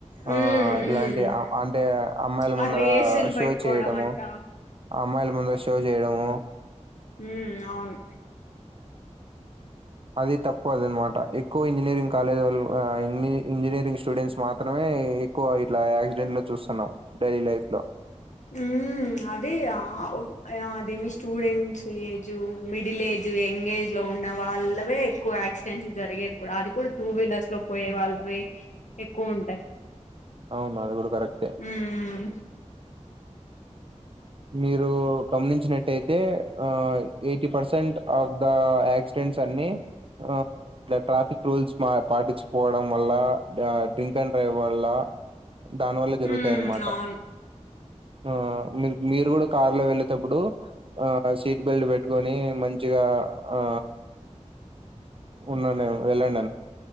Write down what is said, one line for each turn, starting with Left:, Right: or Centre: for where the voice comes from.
Left: ఉమ్
Right: ఆ లాంటే ఆ అంటే అమ్మాయిల ముందర
Left: ఆ రేసులు
Right: షో
Left: పెట్టుకోవడం
Right: చేయడము.
Left: అంట
Right: అమ్మాయిల ముందల షో జేయడము.
Left: ఉహ్మ్ అవును
Right: అది తప్ పోదేన్ మాట ఎక్కువ ఇంజనీరింగ్ కాలేజ్ లలో ఇంజనీరింగ్ స్టూడెంట్స్ మాత్రమే ఎక్కువ ఇట్లా యాక్సిడెంట్ లో చూసున్నాం డైలీ లైఫ్ లో
Left: ఉహ్మ్ ఉహ్ అదే ఆ ఓ ఆ అదేమి students age middle age young age లో తోడా వాళ్ళవే ఎక్కువ యాక్సిడెంట్లు జరిగేది కూడా అది కూడా టూ వీలర్స్ లో పోయే వాళ్ళవే ఎక్కువుటై
Right: అవునా అది కూడా కరెక్టే
Left: ఉమ్
Right: మీరు గమనించినటైతే ఆ ఎయిటీ పర్సెంట్ అద్ దా యాక్సిడెంట్స్ అన్ని ఆ ట్లే ట్రాఫిక్ రూల్స్ స్మా పాటించుపోడం వల్ల డ్రింక్ అండ్ డ్రైవ్ వల్ల దాని వల్ల జరుగుతాయి
Left: ఉమ్
Right: అన్నమాట.
Left: అవును
Right: ఆ మీర్ మీరు కూడా కార్ లో వెళ్ళేతప్పుడు ఆ సీట్ బెల్ట్ పెట్టుకొని మంచిగా ఆ ఉన్నాను. వెళ్లాన?